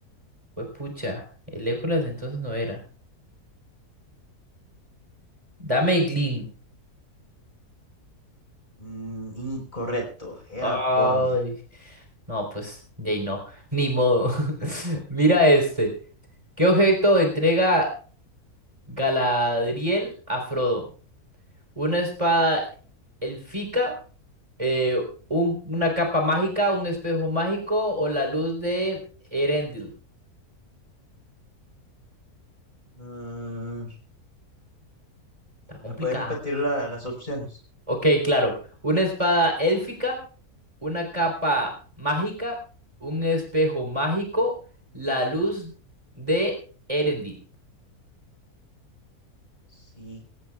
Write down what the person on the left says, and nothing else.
Mm, incorrecto,
era Boromir.
Mm,
¿me puedes repetir la- las opciones?
Sí,